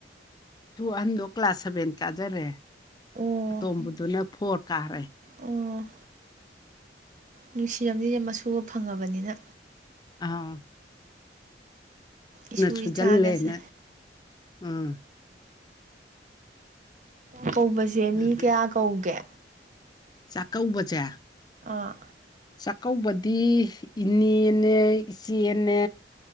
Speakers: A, on the left; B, on the right.
A: ꯑꯗꯨ ꯑꯍꯟꯗꯣ ꯀ꯭ꯂꯥꯁ ꯁꯚꯦꯟ ꯀꯥꯖꯔꯦ
B: ꯑꯣ
A: ꯑꯇꯣꯝꯕꯗꯨꯅ ꯐꯣꯔ ꯀꯥꯔꯦ
B: ꯑꯣ ꯅꯨꯡꯁꯤꯔꯝꯅꯤꯅꯦ ꯃꯁꯨꯒ ꯐꯪꯉꯥꯕꯅꯤꯅ
A: ꯑꯧ
B: ꯏꯁꯨ
A: ꯁꯨꯖꯜꯂꯦꯅ
B: ꯏꯆꯥꯒꯁꯦ
A: ꯎꯝ
B: ꯑ ꯀꯧꯕꯁꯦ ꯃꯤ
A: ꯑꯗꯨꯅꯤ
B: ꯀꯌꯥ ꯀꯧꯒꯦ
A: ꯆꯥꯛꯀꯧꯕꯁꯦ
B: ꯑꯥ
A: ꯆꯥꯛꯀꯧꯕꯗꯤ ꯏꯅꯦꯅꯦ ꯏꯆꯦꯅꯦ